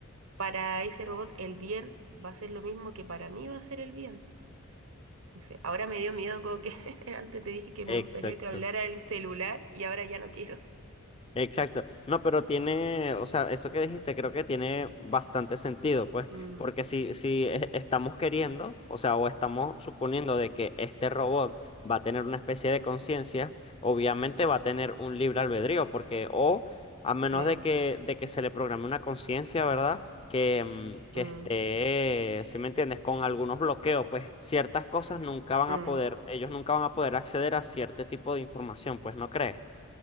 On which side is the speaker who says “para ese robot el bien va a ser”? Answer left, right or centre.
Right